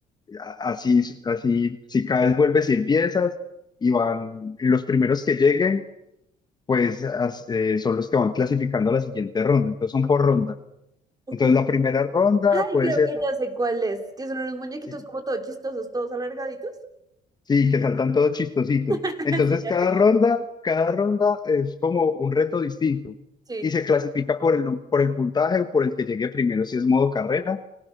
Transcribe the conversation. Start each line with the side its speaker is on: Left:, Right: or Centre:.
Left: a- así, así, si caes, vuelves y empiezas, y van, y los primeros que lleguen, pues as- eh, son los que van clasificando a la siguiente ronda, entonces son por ronda.
Right: ok.
Left: Entonces la primera ronda
Right: Ay,
Left: puede
Right: creo
Left: ser,
Right: que ya sé cuál es, que son unos muñequitos
Left: sí,
Right: como todos chistosos, todos alargaditos.
Left: sí, que saltan todos chistositos.
Right: <laughs>
Left: Entonces
Right: Sí, ya
Left: cada
Right: sé que-
Left: ronda, cada ronda es como un reto distinto.
Right: Sí,
Left: Y se clasifica por el, nom- por el puntaje o por el que llegue primero, si es modo carrera